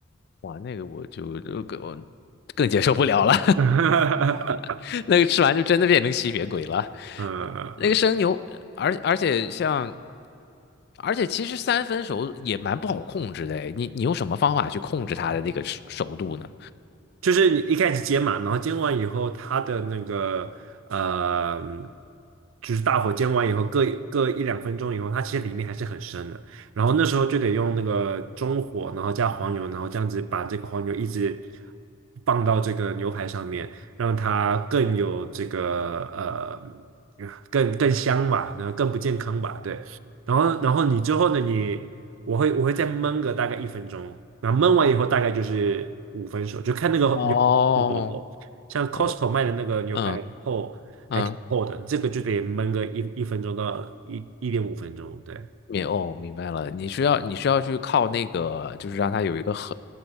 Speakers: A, on the left (about 50°); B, on the right (about 80°).
A: 哇，那个我就就更更接受不了了，
B: <laughs>
A: <laughs> 那个吃完就真的变成吸血鬼了。
B: 嗯，
A: 那个生牛，而而且像，而且其实三分熟也蛮不好控制的诶，你你用什么方法去控制它的那个熟熟度呢？
B: 就是你一开始煎嘛，然后煎完以后，它的那个呃，就是大火煎完以后，各各一两分钟以后，它其实里面还是很深的。然后那时候就得用那个中火，然后加黄油，然后这样子把这个黄油一直放到这个牛排上面，让它更有这个呃更更香吧，然后更不健康吧，对。然后然后你之后呢，你。我会我会再焖个大概一分钟，然后焖完以后大概就是五分熟，就看那个牛排有多厚。
A: 哦，
B: 像 Costco
A: 我
B: 卖的那个牛排厚还挺厚的，
A: 嗯嗯，
B: 这个就得焖个一一分钟到一一点五分钟。对
A: 明哦明白了，你需要你需要去靠那个，就是让它有一个很